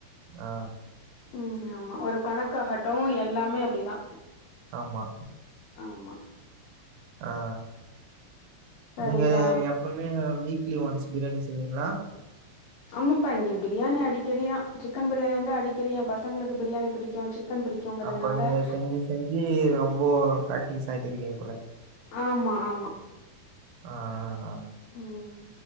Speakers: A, on the right; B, on the left.
A: ஆ
B: ம் ஆமா ஒரு கணக்காகட்டும் எல்லாமே அப்படிதான்
A: ஆமா
B: ஆமா
A: ஆ
B: சரிப்பா
A: நீங்க எப்பவுமே வீக்லி ஒன்ஸ் பிரியாணி செஞ் சீங்களா <unintelligible>
B: ஆமாப்ப இங்க இப்பிடி பிரியாணி அடிக்கடி தான் சிக்கன் பிரியாணி வந்து அடி கடிய <unintelligible> பசங்களுக்கு பிரியாணி பிடிக்கும் சிக்கன் பிடிக்குகிதனால
A: அப்ப நீங்க செஞ்சு செஞ்சு ரொம்ப பிராக்டிஸ் ஆயிட்டு இருக்கீங்க போல.
B: ஆமா ஆமா
A: ஆ ஆ ஆ
B: ம்